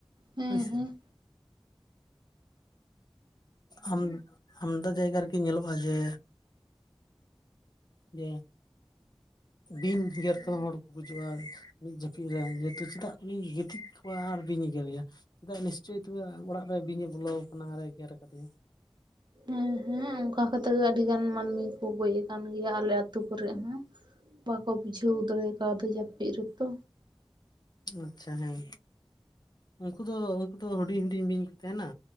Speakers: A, on the right; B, on the left.
A: ᱦᱮᱸ
B: ᱦᱳᱭᱥᱮ
A: ᱦᱮᱸ
B: ᱟᱢ ᱟᱢᱫᱟ ᱡᱟᱭᱜᱟ ᱨᱮᱜᱮ ᱧᱮᱞᱚᱜᱼᱟ ᱡᱮ ᱡᱮ ᱵᱤᱧ ᱜᱮᱨ ᱛᱮᱦᱚᱸ ᱦᱚᱲ ᱠᱚ ᱜᱩᱡᱩᱜᱼᱟ ᱢᱤᱫ ᱡᱟᱹᱯᱤᱫ ᱨᱮ ᱡᱮᱦᱮᱛᱩ ᱪᱮᱫᱟᱜ ᱩᱱᱤᱧ ᱜᱤᱛᱤᱡ ᱠᱚᱜᱣᱟᱭ ᱟᱨ ᱵᱤᱧ ᱮ ᱜᱮᱨᱮᱭᱟ ᱪᱮᱫᱟᱜ ᱱᱤᱥᱪᱳᱭ ᱛᱚᱱᱚᱲᱟᱜ ᱨᱮ ᱵᱤᱧᱮ ᱵᱚᱞᱚᱣ ᱠᱟᱱᱟ ᱟᱨ ᱮ ᱜᱮᱨ ᱟᱠᱟᱫᱮᱭᱟ
A: ᱦᱮᱸ ᱦᱮᱸ ᱚᱱᱠᱟ ᱠᱟᱛᱮᱜ ᱜᱮ ᱟᱹᱰᱤ ᱜᱟᱱ ᱢᱟᱹᱱᱢᱤ ᱠᱚ ᱜᱚᱡ ᱟᱠᱟᱱ ᱜᱮᱭᱟ ᱟᱞᱮ ᱟᱛᱩ ᱠᱚᱨᱮ ᱦᱚᱸ ᱵᱟᱠᱚ ᱵᱩᱡᱷᱟᱹᱣ ᱫᱟᱲᱮ ᱟᱠᱟᱣ ᱫᱟ ᱡᱟᱹᱯᱤᱫ ᱨᱮᱛᱚ
B: ᱟᱪᱪᱷᱟ ᱦᱮᱸ ᱩᱱᱠᱩ ᱫᱚ ᱩᱱᱠᱩ ᱫᱚ ᱦᱩᱰᱤᱧ ᱦᱩᱰᱤᱧ ᱵᱤᱧ ᱠᱚ ᱛᱟᱦᱮᱱᱟ